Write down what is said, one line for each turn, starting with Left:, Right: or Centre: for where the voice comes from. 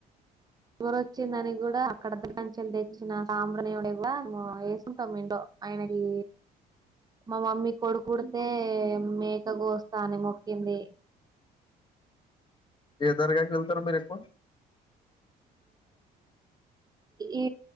Right: వర్ వచ్చిందని కూడా అక్కడ దర్గాంచేలి తెచ్చిన సాంబ్రాణి వేసుంటాం, ఇంట్లో ఆయనకి మా మమ్మీ కొడుకుపుడితే మేక గోస్తా అని మొక్కింది.
Left: ఏ దర్గా కి వెళ్తారు మీరు ఎక్కువ
Right: ఈ